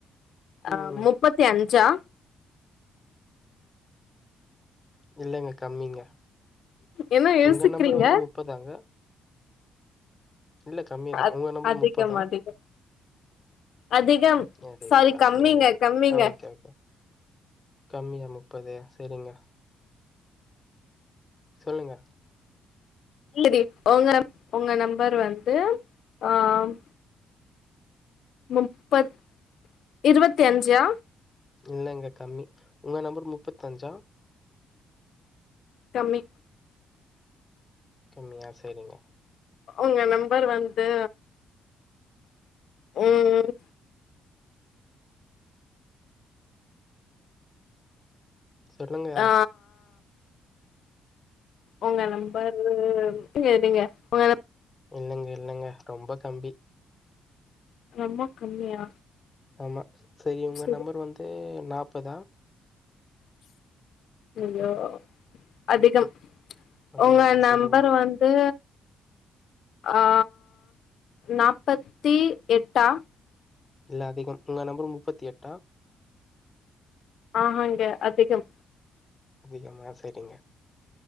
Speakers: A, on the left; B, on the left.
A: அ
B: ம்
A: முப் பத்தி அஞ்சா
B: இல்லங்க கம்மிங்க
A: என்ன யோசிக்கிறீங்க
B: உங்க நம்பர் வந்து முப்பதாங்க இல்ல கம்மிதா
A: அத்
B: உங்க நம்பர்
A: அதிகம்
B: முப்பதா
A: அதிகம் அதிகம்
B: அதிகமா
A: சாரி கம்மிங்க
B: சரிங்க
A: கம்மிங்க
B: ஆ ஓகே ஓகே கம்மியா முப்பது செரிங்க சொல்லுங்க
A: <unintelligible> ஒங்க ஒங்க நம்பர் வந்து ஆ ம் முப்பத் இருவத்தி அஞ்சா
B: இல்லங்க கம்மி உங்க நம்பர் முப்பத்தஞ்சா
A: கம்மி
B: கம்மியா செரிங்க
A: உங்க நம்பர் வந்து, ம்
B: சொல்லுங்க
A: ஆ உங்க நம்பரு நீங்க இருங்க உங்க
B: இல்லங்க இல்லங்க ரொம்ப கம்மி
A: ரொம்ப கம்மியா
B: ஆமா, சேரி உங்க
A: சரி
B: நம்பர் வந்து நாப்பதா
A: ஐயோ அதிகம்,
B: அதிகமா
A: உங்க நம்பர்
B: சரிங்க
A: வந்து ஆ நாப்பத்தி எட்டா
B: இல்ல அதிகம், உங்க நம்பர் முப்பத்தி எட்டா
A: ஆஹாங்க அதிகம்
B: அதிகமா சேரிங்க